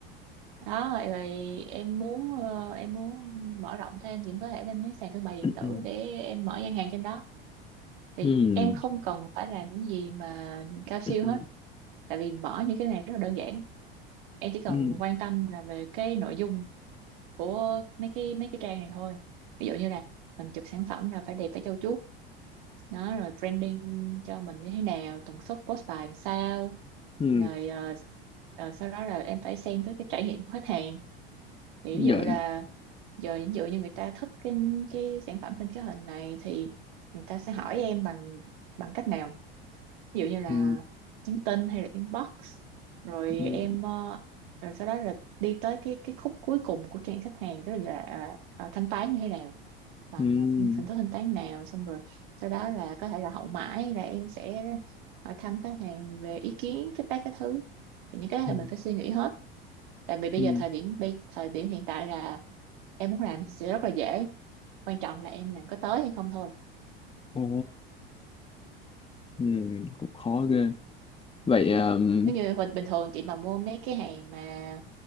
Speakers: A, on the right; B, on the left.
A: đó rồi em muốn ờ, em muốn mở rộng thêm thì em có thể lên mấy sàn thương mại điện
B: Ừ,
A: tử
B: ừ,
A: để em mở gian hàng trên đó thì
B: ừ,
A: em không cần phải làm cái gì mà cao siêu
B: ừ,
A: hết tại vì mở những cái này rất là đơn giản em chỉ cần
B: ừ.
A: quan tâm là về cái nội dung của mấy cái mấy cái trang này thôi ví dụ như là mình chụp sản phẩm là phải đẹp phải trau chuốt đó rồi branding cho mình như thế nào tần suất post bài làm sao
B: ừ
A: rồi ờ, ờ, sau đó là em phải xem tới cái trải nghiệm của khách hàng thì
B: dạ
A: ví dụ là giờ ví dụ như người ta thích cái cái sản phẩm trên cái hình này thì người ta sẽ hỏi em bằng bằng cách nào ví dụ như là
B: ừ
A: nhắn tin hay là inbox rồi
B: ừ
A: em ờ, rồi sau đó là đi tới cái cái khúc cuối cùng của trang khách hàng đó là à, à, thanh toán như thế nào bằng
B: ừ
A: à, phương- hình thức thanh toán nào xong rồi sau đó là có thể là hậu mãi là em sẽ hỏi thăm khách hàng về ý kiến feedback các thứ thì những cái đó
B: ừ
A: là mình phải suy nghĩ hết tại vì bây
B: ừ.
A: giờ thời điểm bây thời điểm hiện tại là em muốn làm thì sẽ rất là dễ quan trọng là em làm có tới hay không thôi
B: ồ ừ cũng khó ghê vậy um,
A: nếu như bình bình thường chị mà mua mấy cái hàng mà